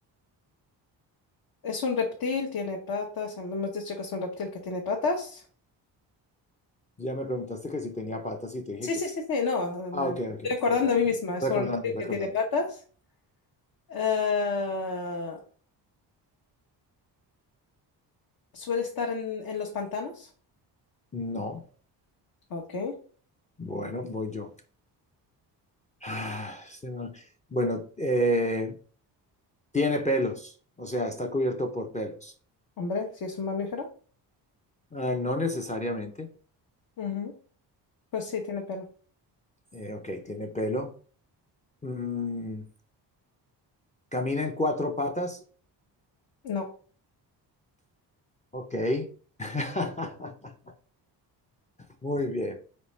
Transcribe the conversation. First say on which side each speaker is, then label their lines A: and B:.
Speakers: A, on the left (about 55°); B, on the left (about 15°).
A: es un reptil, tiene patas. Hemos dicho que es un reptil que tiene patas.
B: Ya me preguntaste que si tenía patas y te dije
A: Sí,
B: que
A: sí,
B: sí.
A: sí, sí, no. Me
B: Ah, ok,
A: estoy
B: ok, está
A: recordando
B: recordando.
A: a mí misma. Es
B: Recordando,
A: un reptil que
B: recordando.
A: tiene patas. Ah, suele estar en, en los pantanos.
B: No,
A: Ok.
B: bueno, voy yo. Ah, este man. Bueno, eh, tiene pelos, o sea, está cubierto por pelos.
A: Hombre, si es un mamífero.
B: Ah, no necesariamente.
A: Ujú. Pues sí, tiene pelo.
B: Eh, ok, tiene pelo. Mm, camina en cuatro patas.
A: No.
B: Ok. <laughs> Muy bien.